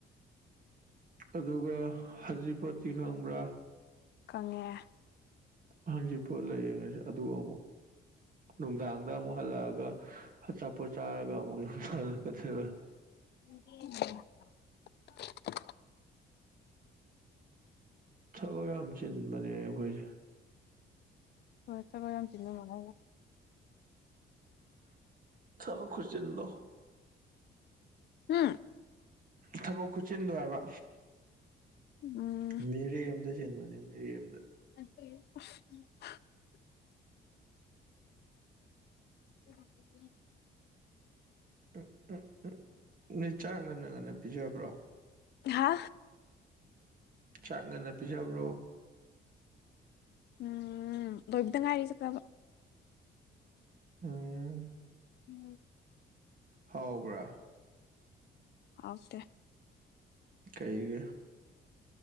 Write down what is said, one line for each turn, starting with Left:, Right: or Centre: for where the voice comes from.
Right: ꯑꯗꯨꯒ ꯍꯖꯤꯛꯄꯣꯠꯇꯤ ꯈꯪꯕ꯭ꯔꯥ
Left: ꯈꯪꯉꯦ
Right: ꯍꯪꯖꯤꯄꯣꯠ ꯂꯩꯌꯦ ꯉꯁꯤ ꯑꯗꯨ ꯑꯃꯨꯛ ꯅꯨꯡꯗꯥꯡꯗ ꯑꯃꯨꯛ ꯍꯜꯂꯛꯑꯒ ꯑꯆꯥꯄꯣꯠ ꯆꯥꯔꯒ ꯑꯃꯨꯛ ꯌꯨꯝꯗ ꯍꯜꯂꯛꯀꯗꯣꯏꯕ
Left: <inaudible>
Right: ꯊꯕꯛ ꯌꯥꯝ ꯆꯤꯟꯕꯅꯦ ꯑꯩꯈꯣꯏꯖꯦ
Left: ꯍꯣꯏ ꯊꯕꯛ ꯌꯥꯝ ꯆꯤꯟꯕ ꯃꯥꯂꯦꯕ
Right: ꯊꯕꯛ ꯈꯨꯆꯤꯟꯗꯣ
Left: ꯍꯨꯝ
Right: ꯊꯕꯛ ꯈꯨꯆꯤꯟꯗꯣ ꯍꯥꯏꯕ
Left: ꯎꯝ
Right: ꯃꯤꯔꯦꯝꯗ ꯆꯤꯟꯕꯅꯦ ꯃꯤꯔꯦꯝꯗ
Left: <inaudible> <inaudible>
Right: ꯎꯝ ꯎꯝ ꯎꯝ ꯅꯣꯏ ꯆꯥꯡ ꯉꯟꯅ ꯉꯟꯅ ꯄꯤꯖꯕ꯭ꯔꯣ
Left: ꯍꯥ
Right: ꯆꯥꯛ ꯉꯟꯅ ꯄꯤꯖꯕ꯭ꯔꯣ
Left: ꯎꯝ ꯂꯣꯏꯕꯗ ꯉꯥꯏꯔꯤ ꯆꯥꯛ ꯆꯥꯕ
Right: ꯎꯝ
Left: <inaudible>
Right: ꯍꯥꯎꯕ꯭ꯔꯥ
Left: ꯍꯥꯎꯇꯦ
Right: ꯀꯩꯒꯤ